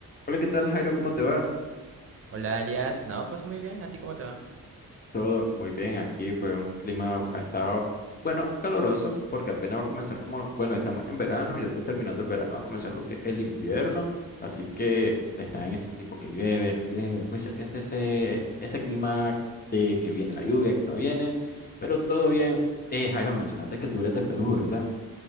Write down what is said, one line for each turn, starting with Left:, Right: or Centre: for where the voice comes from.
Left: Hola, ¿qué tal, Jairo? ¿Cómo te va?
Right: Hola, Elias. No, pues muy bien. ¿A ti cómo te va?
Left: Todo muy bien aquí, pues un clima estaba, bueno, caloroso, porque apenas va a comenzar como, bueno, estamos en verano, ya está terminando el verano, va a comenzar lo que es el invierno, así que está en ese tipo que llueve, no llueve, pues se siente ese, ese clima de que viene la lluvia, que no viene, pero todo bien. Eh, Jairo, me mencionaste que tú eres de Perú, ¿verdad?